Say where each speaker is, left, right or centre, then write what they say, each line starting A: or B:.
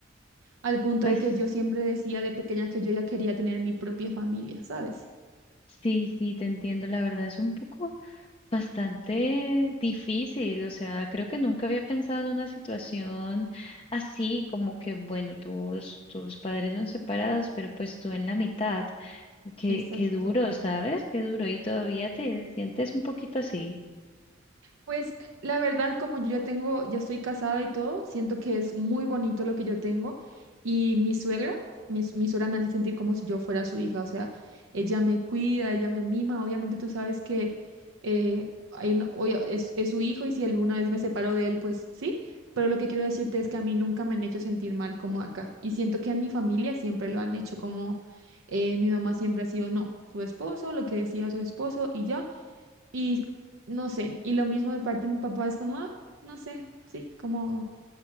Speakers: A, on the right; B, on the left.
A: al punto
B: Pues.
A: de que yo siempre decía de pequeña que yo ya quería tener mi propia familia, ¿sabes?
B: Sí, sí, te entiendo. La verdad es un poco bastante difícil. O sea, creo que nunca había pensado en una situación así, como que, bueno, tus, tus padres son separados, pero pues tú en la mitad. Qué,
A: Exacto.
B: qué duro, ¿sabes? Qué duro. Y todavía te sientes un poquito así.
A: Pues la verdad, como yo ya tengo, ya estoy casada y todo, siento que es muy bonito lo que yo tengo. Y mi suegra, mi, s- mi suegra me hace sentir como si yo fuera su hija, o sea, ella me cuida, ella me mima. Obviamente tú sabes que eh, hay una- oye, es, es su hijo y si alguna vez me separo de él, pues sí. Pero lo que quiero decirte es que a mí nunca me han hecho sentir mal como acá. Y siento que en mi familia siempre lo han hecho como eh, mi mamá siempre ha sido, no, su esposo, lo que decía su esposo y ya. Y no sé, y lo mismo de parte de mi papá es como, ah, no sé, sí, como